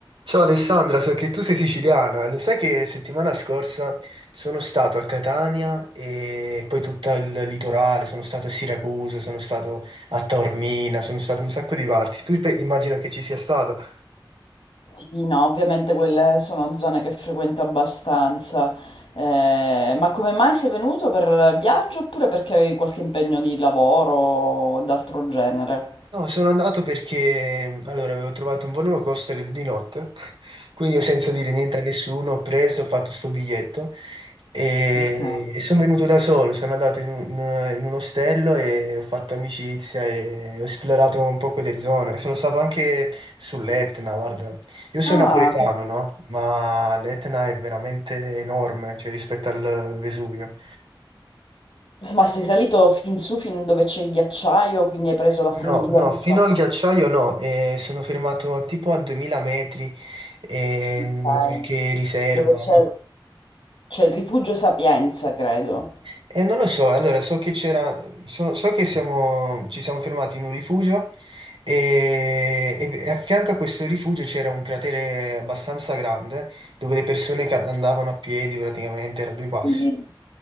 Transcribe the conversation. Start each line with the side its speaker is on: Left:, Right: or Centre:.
Right: Ciao Alessandra, so che tu sei siciliana, lo sai che settimana scorsa sono stato a Catania e poi tutto il litorale, sono stato a Siracusa, sono stato a Taormina, sono stato in un sacco di parti. Tu pe- immagino che ci sia stato.
Left: Sì, no, ovviamente quelle sono zone che frequento abbastanza. Eh, ma come mai sei venuto per viaggio oppure perché avevi qualche impegno di lavoro o d'altro genere?
Right: No, sono andato perché allora avevo trovato un volo low cost alle due di notte, <laughs> quindi io senza dire niente a nessuno ho preso, ho fatto sto biglietto e,
Left: Ok.
Right: e sono venuto da solo, sono andato in un, in un ostello e ho fatto amicizia e ho esplorato un po' quelle zone. Sono stato anche sull'Etna, guarda, io sono
Left: Ah,
Right: napoletano,
Left: che...
Right: no? Ma l'Etna è veramente enorme, cioè rispetto al Vesuvio.
Left: Ma sei salito fin su, fin dove c'è il ghiacciaio, quindi hai preso la
Right: No,
Left: funivia
Right: no,
Left: l'ultima
Right: fino
Left: volta.
Right: al ghiacciaio no, eh, sono fermato tipo a 2000 metri eh,
Left: Ok.
Right: in qualche riserva.
Left: Dove c'è c'è il rifugio Sapienza, credo.
Right: E non lo so, allora so che c'era, so, so che siamo, ci siamo fermati in un rifugio e, e- e a fianco a questo rifugio c'era un cratere abbastanza grande dove le persone ca- andavano a piedi praticamente, era due passi.
Left: Sì.